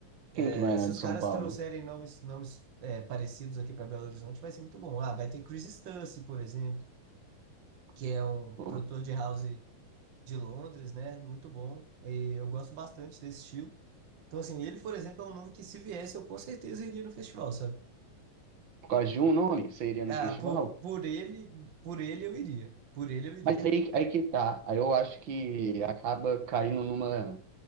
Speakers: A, on the right; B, on the right.
A: Quem
B: É,
A: que vai
B: se
A: lá de
B: os
A: São
B: caras
A: Paulo?
B: trouxerem nomes, nomes é, parecidos aqui pra Belo Horizonte, vai ser muito bom. Ah, vai ter Chris Stassi, por exemplo, que é um
A: Pô.
B: produtor de house de Londres, né? Muito bom. E eu gosto bastante desse estilo. Então, assim, ele, por exemplo, é um nome que se viesse, eu com certeza iria no festival, sabe?
A: Por causa de um nome, você iria no
B: Ah,
A: festival?
B: por, por ele, por ele eu iria. Por ele eu iria.
A: Mas aí, aí que tá. Aí eu acho que acaba caindo numa,